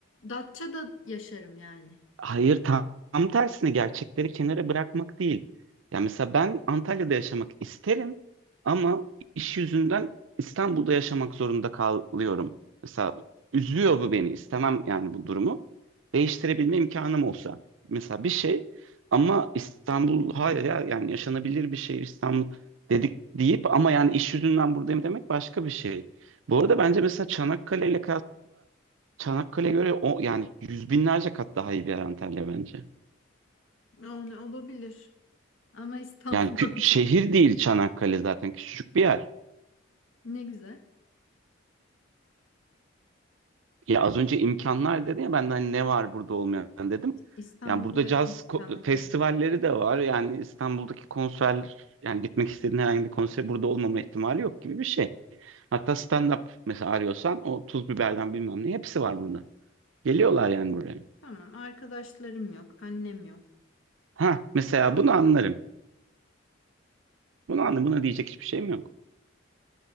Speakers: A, on the left; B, on the right.
A: Datça'da yaşarım yani.
B: Hayır tam, tam tersine gerçekleri kenara bırakmak değil. Ya mesela ben Antalya'da yaşamak isterim ama iş yüzünden İstanbul'da yaşamak zorunda kalıyorum. Mesela üzüyor bu beni. İstemem yani bu durumu. Değiştirebilme imkanım olsa. Mesela bir şey ama İstanbul hayır ya yani yaşanabilir bir şehir İstanbul dedik deyip ama yani iş yüzünden buradayım demek başka bir şey. Bu arada bence mesela Çanakkale ile Çanakkale'ye göre o yani yüz binlerce kat daha iyi bir yer Antalya bence.
A: Yani olabilir. Ama İstanbul'da
B: Yani kü- şehir değil Çanakkale zaten küçücük bir yer.
A: <laughs> ne güzel.
B: Ya az önce imkanlar dedi ya ben de hani ne var burada olmayan dedim.
A: İstanbul'a
B: Yani burada
A: yakın
B: caz ko-
A: Çanakkale.
B: festivalleri de var. Yani İstanbul'daki konser yani gitmek istediğin herhangi bir konser burada olmama ihtimali yok gibi bir şey. Hatta stand-up mesela arıyorsan o tuz biberden bilmem ne hepsi var burada. Geliyorlar
A: Yok.
B: yani buraya.
A: Tamam, arkadaşlarım yok, annem yok.
B: Ha mesela bunu anlarım. Bunu anlarım. Buna diyecek hiçbir şeyim yok.